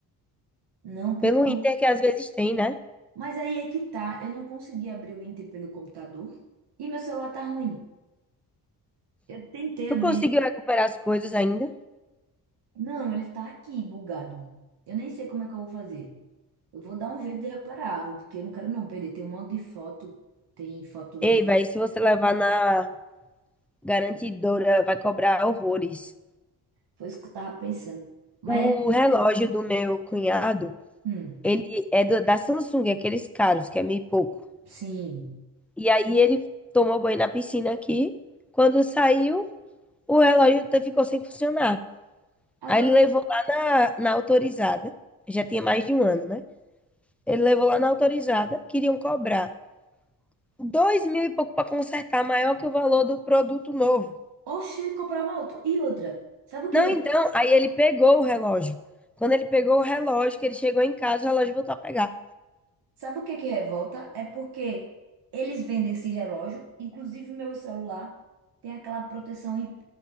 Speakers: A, on the right; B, in the centre.
A: não, porque.
B: pelo Inter, que às vezes tem, né?
A: Mas aí é que tá, eu não consegui abrir o Inter pelo computador e meu celular tá ruim. Eu tentei
B: Tu
A: abrir
B: conseguiu
A: ele.
B: recuperar as coisas ainda?
A: Não, ele tá aqui bugado. Eu nem sei como é que eu vou fazer. Eu vou dar um jeito de reparar, porque eu não quero não perder. Tem um monte de foto, tem foto
B: Ei,
A: minha.
B: velho, se você levar na garantidora, vai cobrar horrores.
A: Foi isso que eu tava pensando. Mas,
B: O relógio do meu cunhado,
A: hum,
B: ele é do- da Samsung, aqueles caros, que é mil e pouco.
A: sim.
B: E aí ele tomou banho na piscina aqui. Quando saiu, o relógio te- ficou sem funcionar.
A: Agora,
B: Aí ele levou lá na, na autorizada, já tinha mais de um ano, né? Ele levou lá na autorizada, queriam cobrar dois mil e pouco para consertar, maior que o valor do produto novo.
A: oxe, eu comprava outro. E outra, sabe o que
B: Não, então,
A: é?
B: aí ele pegou o relógio. Quando ele pegou o relógio, que ele chegou em casa, o relógio voltou a pegar.
A: Sabe o que é que revolta? É porque eles vendem esse relógio, inclusive meu celular tem aquela proteção ip